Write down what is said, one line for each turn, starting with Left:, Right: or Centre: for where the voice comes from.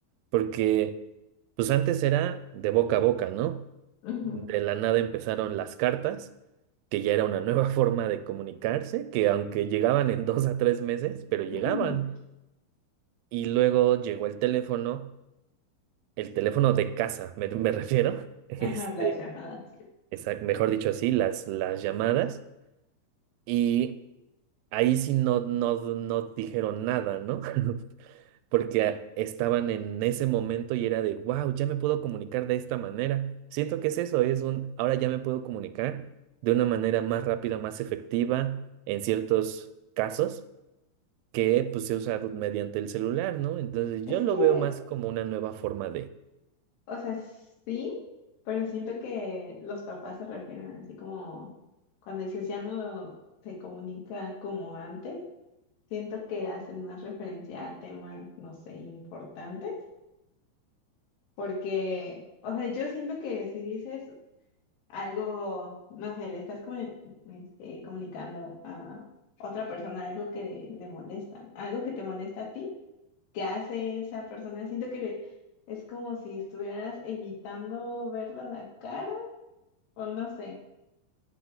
Right: Porque pues antes era de boca a boca, ¿no?
Left: Ujú.
Right: De la nada empezaron las cartas, que ya era una nueva <laughs> forma de comunicarse, que aunque llegaban en dos a tres meses, pero llegaban.
Left: <laughs>
Right: Y luego llegó el teléfono, el teléfono de casa, me, me refiero, <laughs> este,
Left: Ajá, las llamadas.
Right: exact- mejor dicho así, las, las llamadas. Y ahí sí no, no, no dijeron nada, ¿no? <laughs> Porque estaban en ese momento y era de, wow, ya me puedo comunicar de esta manera. Siento que es eso, es un, ahora ya me puedo comunicar de una manera más rápida, más efectiva en ciertos casos que pues, se usa mediante el celular, ¿no? Entonces
Left: Es
Right: yo lo
Left: que,
Right: veo más como una nueva forma
Left: o sea, sí, pero siento que los papás se refieren así como cuando dices ya no se comunica como antes, siento que hacen más referencia a temas, no sé, importantes Porque, o sea, yo siento que si dices algo, no sé, le estás comu- este, comunicando a otra persona algo que le molesta, algo que te molesta a ti, que hace esa persona, siento que le- es como si estuvieras evitando verla la cara, o no sé,